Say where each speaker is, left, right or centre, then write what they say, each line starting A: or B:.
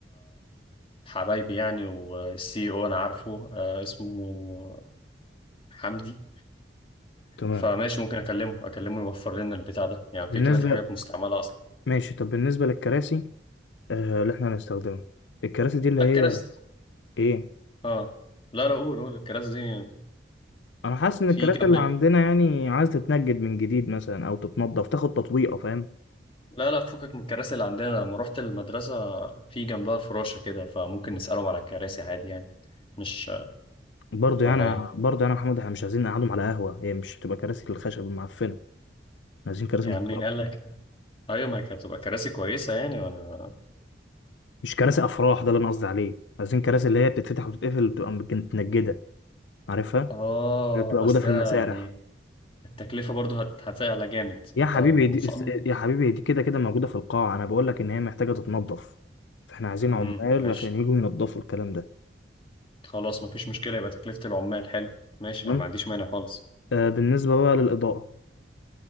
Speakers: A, on the left; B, on the left.
A: حبايبي يعني والسي او انا عارفه آه، اسمه حمدي
B: تمام
A: فماشي ممكن اكلمه اكلمه يوفر لنا البتاع ده يعني اوكي
B: بالنسبه
A: كده في حاجات مستعمله اصلا
B: ماشي طب بالنسبه للكراسي آه اللي احنا هنستخدمها الكراسي دي اللي
A: لا
B: هي
A: الكراسي
B: ايه
A: اه لا لا قول قول الكراسي دي
B: انا حاسس ان
A: في
B: الكراسي
A: جنب
B: اللي
A: ال-
B: عندنا يعني عايز تتنجد من جديد مثلا او تتنضف تاخد تطويقه فاهم
A: لا لا فكك من الكراسي اللي عندنا لما رحت المدرسه في جنبها فراشه كده فممكن نسالهم على الكراسي عادي يعني مش
B: برضه
A: ولا
B: يعني
A: ايه
B: برضه يعني يا محمود احنا مش عايزين نقعدهم على قهوه هي مش هتبقى كراسي الخشب المعفنه عايزين كراسي
A: يعني
B: محترمه
A: مين قال لك ايوه ما هي كانت هتبقى كراسي كويسه يعني وانا
B: مش كراسي افراح ده اللي انا قصدي عليه عايزين كراسي اللي هي بتتفتح وتتقفل بتبقى متنجده عارفها
A: اه
B: اللي بتبقى
A: بس
B: موجوده في
A: ده
B: المسارح
A: يعني التكلفة برضو هت... هتعلى جامد
B: يا
A: انت
B: حبيبي
A: مصمم
B: دي يا حبيبي دي كده كده موجوده في القاعه انا بقول لك ان هي محتاجه تتنظف فاحنا عايزين
A: امم
B: عمال
A: ماشي
B: عشان يجوا ينظفوا الكلام ده
A: خلاص مفيش مشكلة يبقى تكلفة العمال حلو ماشي
B: تمام
A: انا ما عنديش مانع خالص
B: آه بالنسبه بقى للاضاءه